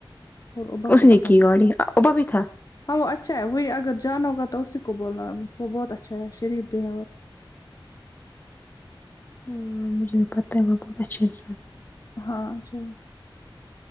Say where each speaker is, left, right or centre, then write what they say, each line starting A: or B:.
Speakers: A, on the left; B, on the left.
A: اور ابا
B: اسی
A: کو
B: نکی
A: پتہ ہوگا
B: گاڑی ابا بھی تھا
A: ہاں وہ اچھا ہے وہی اگر جانا ہوگا تو اسی کو بولنا ہے وہ بہت اچھا ہے شریف بھی ہے اور
B: امم مجھے پتہ ہے وہ بہت اچھے انسان ہے
A: ہاں اچھا